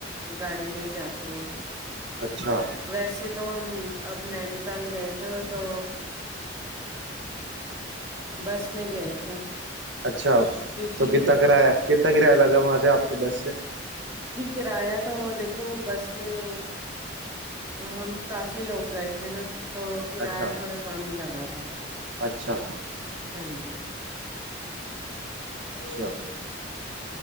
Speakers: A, on the right; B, on the right.
A: گاڑی میں ہی جاتے ہیں
B: اچھا
A: ویسے تو ہم اب نینی تال گئے تھے تو بس میں گئے تھے
B: اچھا
A: کیونکہ
B: تو کتنا کرایہ کتنا کرایہ لگا وہاں سے آپ کے بس سے
A: جی کرایہ تو دیکھو بس میں ہم کافی لوگ گئے تھے ناں تو کرایہ
B: اچھا
A: تھوڑا کم ہی لگا تھا
B: اچھا
A: ہاں جی
B: اچھا